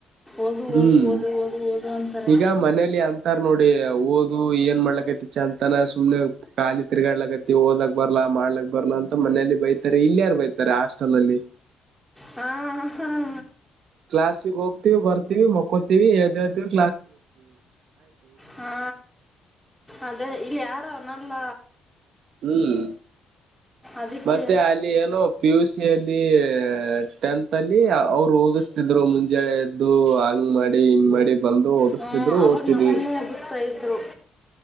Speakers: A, in the centre; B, on the right.
A: ಓದು
B: ಹ್ಮ್
A: ಓದು ಓದು ಓದು ಓದು ಅಂತಾರೆ
B: ಈಗ ಮನೇಲಿ ಅಂತಾರ್ ನೋಡಿ ಓದು ಏನ್ ಮಾಡ್ಲಕೈತಿ ಚಂತನ ಸುಮ್ನೆ ಖಾಲಿ ತಿರ್ಗಾಡ್ಲಕೈತಿ ಓದಲಕ್ ಬರ್ಲಾ ಮಾಡ್ಲಕ್ ಬರ್ಲಾ ಅಂತ ಮನೆಯಲ್ಲಿ ಬೈತಾರೆ ಇಲ್ಲಿ ಯಾರು ಬೈತಾರೆ ಹಾಸ್ಟೆಲ್ ಅಲ್ಲಿ
A: ಹಾ ಹಾ ಹಾ
B: ಕ್ಲಾಾಸಿಗೆ ಹೋಗ್ತಿೀವಿ ಬರ್ತಿೀವಿ ಮಕ್ಕೊತಿವಿ ಯದ <unintelligible>
A: ಹಾ ಅದೇ ಇಲ್ಲಿ ಯಾರು ಅ ನಲ್ಲ
B: ಹ್ಮ್
A: ಅದಕ್ಕೆ
B: ಮತ್ತೆ ಅಲ್ಲಿ ಏನೋ ಪಿಯುಸಿಯಲ್ಲಿ ಟೆಂತ್ ಅಲ್ಲಿ ಅವ್ರು ಹೋಗಿಸ್ತಿದ್ರು ಮುಂಜಳೆ ಎದ್ದು ಹಂಗ್ ಮಾಡಿ ಹಿಂಗ್ ಮಾಡಿ <unintelligible> ಬಂದು ಓೋಗಿಸ್ತಿದ್ರು
A: ಹ್ಞೂ ಅವಾಗ
B: ಓದ್ತಿದೀವಿ
A: ನಮ್ಮನ್ನು
B: <unintelligible>
A: ಎಬ್ಬಿಸ್ತಾ ಇದ್ರು